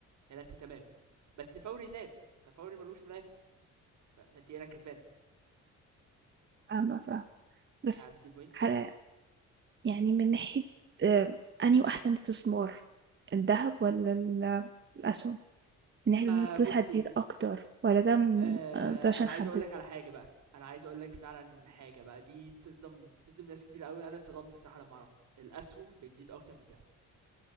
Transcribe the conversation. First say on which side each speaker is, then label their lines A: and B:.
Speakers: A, on the right; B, on the right.
A: هنا انت تمام بس فوري زاد ففوري ملوش منافس ف- فانت هنا كسبانه
B: فاهمة، فاهمة، بس
A: فهمت البوينت
B: حلا يعني من ناحية آآ أنهو أحسن استثمار، الدهب والّا ال الأسهم؟ من ناحية
A: ما
B: إن الفلوس
A: بصي
B: هتزيد أكتر والّا ده م
A: آه
B: ما نقدرش
A: انا
B: نحدد
A: عايز اقول لك على حاجه بقى انا عايز اقول لك فعلا حاجه بقى دي بتصدم بتصدم ناس كتير قوي انا اتصدمت الصراحه لما عرفت الاسهم بتزيد اكتر من الذهب